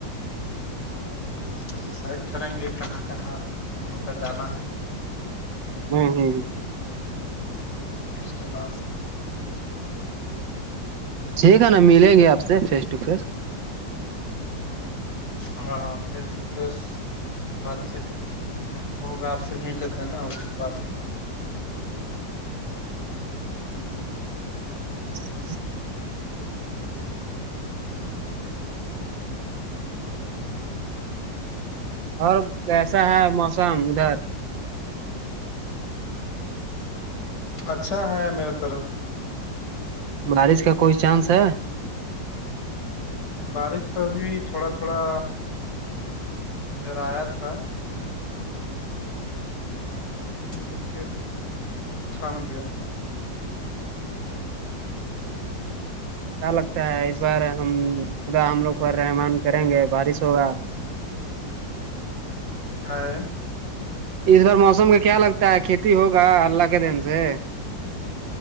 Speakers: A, on the left; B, on the right.
A: اب ڈیسائڈ کریں گے کہاں کہاں ہم لوگ کا جانا ہے
B: ہوں ہوں
A: ہوں اس کے بعد
B: ٹھیک ہے نا ملیں گے آپ سے فیس ٹو فیس
A: ہاں فیس ٹو فیس بات چیت وہگ آپ سے مل لیتا ہے نا آپ
B: جی اور کیسا ہے موسم ادھر
A: اچھا ہے میرے طرف
B: بارش کا کوئی چانس ہے
A: بارش تو ابھی تھوڑا تھوڑا ادھر آیا تھا ان پھر تھم گیا
B: کیا لگتا ہے اس بار ہم خدا ہم لوگ پر رحمان کریں گے بارش ہوگا
A: اور
B: اس بار موسم کا کیا لگتا ہے کھیتی ہوگا اللہ کے دین سے